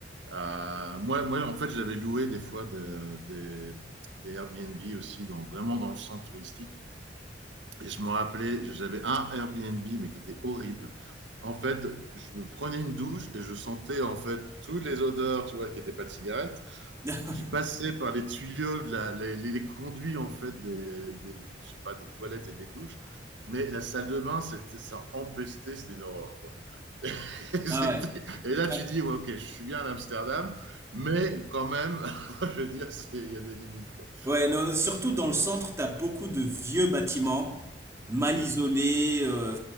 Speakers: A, on the right; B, on the right.
A: Euh, moi, moi, en fait, j'avais loué des fois de- des, des Airbnb aussi, dans, vraiment dans le centre touristique. Et je me rappelais, j'avais un Airbnb, mais qui était horrible. En fait, je prenais une douche et je sentais en fait toutes les odeurs, tu vois, qui n'étaient pas de cigarettes,
B: <laughs>
A: qui passaient par les tuyaux, de la- les, les- les conduits en fait des, des- je sais pas, des toilettes et des douches. Mais la salle de bain, c'était, ça empestait, c'était une horreur, quoi. <laughs>
B: Ah ouais.
A: et là, tu
B: Ah
A: dis, ouais, ok, je suis bien à Amsterdam, mais quand même, <laughs> je veux dire, il y a des limites. Quoi.
B: Ouais, non, surtout dans le centre, t'as beaucoup de vieux bâtiments mal
A: Oui,
B: isolés, euh,